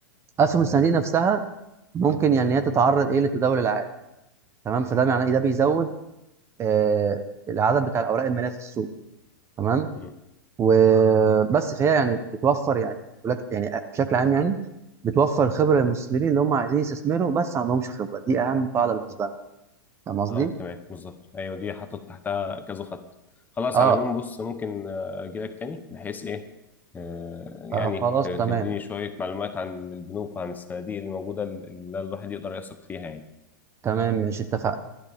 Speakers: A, on the right; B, on the left.
A: اسهم
B: تمام
A: الصناديق نفسها ممكن يعني هي تتعرض ايه للتداول العام تمام فده معناه إيه؟ ده بيزود آه، العدد بتاع الاوراق الماليه في السوق تمام
B: مم.
A: وبس فهي يعني بتوفر يعني ولك يعني بشكل عام يعني بتوفر خبره للمستثمرين اللي هم عايزين يستثمروا بس ما عندهمش خبره دي اهم قاعده بالنسبه لنا فاهم قصدي؟
B: اه تمام بالظبط ايوه دي حاطط تحتها كذا خط خلاص
A: اه
B: على العموم بص ممكن آه، اجي لك تاني بحيث ايه آه،
A: آه،
B: يعني
A: خلاص
B: ت- تديني
A: تمام
B: شويه معلومات عن البنوك وعن الصناديق اللي موجوده اللي الواحد يقدر يثق فيها يعني
A: تمام ماشي اتفقنا